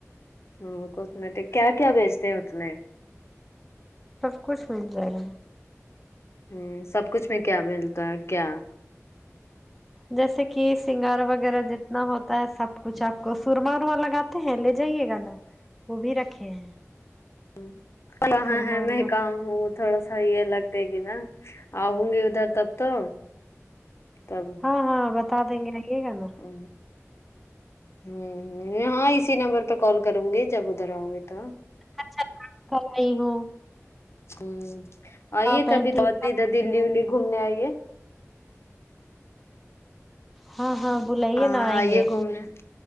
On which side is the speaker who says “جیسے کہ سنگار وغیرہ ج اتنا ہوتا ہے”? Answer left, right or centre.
Centre